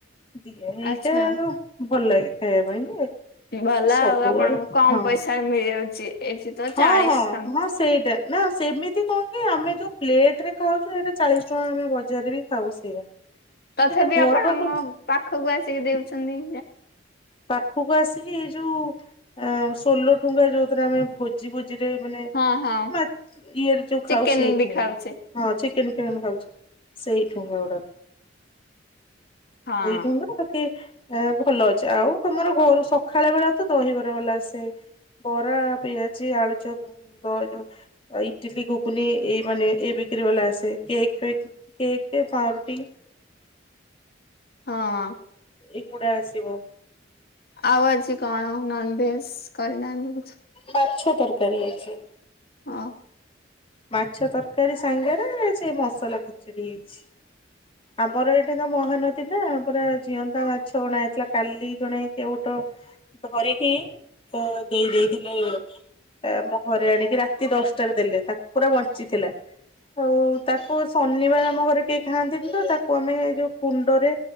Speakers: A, on the left (about 30°); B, on the left (about 55°).
A: ଦିଏ ଏଇଟା
B: ଆଚ୍ଛା।
A: ଆଉ। ଭଲଲାଗେ ଖାଇବା ପାଇଁ ଯେ
B: ଭଲ ଆଉ
A: ସବୁବେଳେ
B: ଆପଣଙ୍କୁ କମ
A: ହଁ
B: ପଇସାରେ ମିଳିଯାଉଛି ଏଠି ତ
A: ହଁ
B: ଚାଳିସି
A: ହଁ
B: ଟଙ୍କା।
A: ହଁ ସେଇଟା ନା ସେମିତି କଣ କି ଆମେ ଯୋଉ ପ୍ଲେଟରେ ଖାଉଛୁ ସେଇଟା ଚାଳିସି ଟଙ୍କା ଆମେ ବଜାରରେ ବି ଖାଉ ସେଇଆ। <inaudible>
B: ତଥାପି
A: ଘର
B: ଆପଣଙ୍କ
A: ପାଖ
B: ପାଖକୁ ଆସିକି ଦେଉଛନ୍ତି।
A: ପାଖକୁ ଆସିକି ଏଇ ଯୋଉ ଅ ଷୋଲଠୁଙ୍ଗା ଯୋଉଥିରେ ଆମେ ଭୋଜି ବୋଜିରେ ମାନେ
B: ହଁ ହଁ।
A: ମା ଇଏରେ ଯୋଉ ଖାଉ
B: ଚିକେନ
A: ସେଇ
B: ବି
A: ଠୁଙ୍ଗା।
B: ଖାଉଛେ
A: ହଁ ଚିକେନ ଫିକେନ୍ ଖାଉଛୁ ସେଇ ଠୁଙ୍ଗା ଗୁଡା
B: ହଁ
A: ଏଇ ଠୁଙ୍ଗା କି ଭଲ ଅଛି, ଆଉ ତମର ଘରୁ ସଖାଳ ବେଳାତ ଦହିବରା ବାଲା ଆସେ। ବରା, ପିଆଜି, ଆଳୁଚପ୍, ବ୍ ଯୋଉ ଇଟିଲିି ଘୁଗୁନି ଏଇ ମାନେ ଏ ବିକ୍ରି ବାଲା ଆସେ, କେକ୍ ଫେକ୍ କେକ୍, ପାଉଁରୁଟି
B: ହଁ।
A: ଏଗୁଡା ଆସିବ।
B: ଆଉ ଆଜି କଣ ନନଭେଜ୍ କରିନାହାନ୍ତି କିଛି?
A: ମାଛ ତରକାରୀ ହେଇଛି।
B: ହଁ।
A: ମାଛ ତରକାରୀ ସାଙ୍ଗରେ, ସେ ମସଲା ଖେଚୁଡି ହେଇଛି। ଆମର ଏଇଟା ତ ମହାନଦୀ ନା, ପୁରା ଜିଅନ୍ତା ମାଛ ଅଣା ହେଇଥିଲା। କାଲି ଜଣେ କେଉଟ ଧରିକି ତ ଦେଇ ଦେଇଥିଲେ ଆମ ଘରେ ଆଣିକି ରାତି ଦଶଟାରେ ଦେଲେ, ତାକୁ ପୁରା ବଞ୍ଚିଥିଲା। ଆଉ ତାକୁ ଶନିବାର ଆମ ଘରେ କେହି ଖାଆନ୍ତିନି ତ, ତାକୁ ଆମେ ଯୋଉ କୁଣ୍ଡରେ